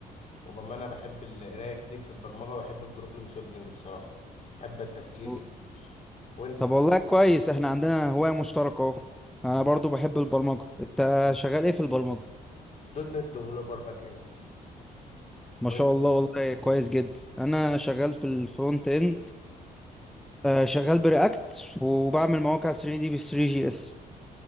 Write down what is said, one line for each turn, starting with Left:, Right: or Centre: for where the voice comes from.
Left: وبامانه بحب القرايه كتير في البرمجه وبحب البروبلم سولفنج بصراحه بحب التفكير
Centre: و-
Left: كتير وانت
Centre: طب والله كويس احنا عندنا هوايه مشتركه اهو انا برضو بحب البرمجه انت شغال ايه في البرمجه
Left: دوت نت ديفلوبر باك اند
Centre: ما
Left: وانت
Centre: شاء الله والله كويس جدا انا شغال في الفرونت اند آه شغال برياكت وبعمل مواقع 3 دي ب 3 جي اس